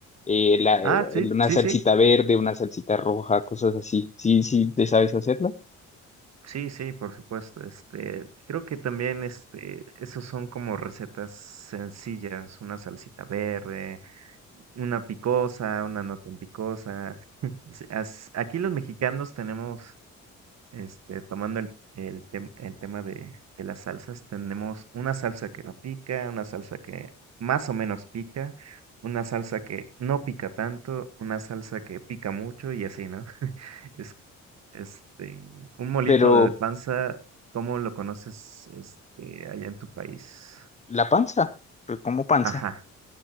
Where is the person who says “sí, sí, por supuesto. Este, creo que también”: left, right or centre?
Right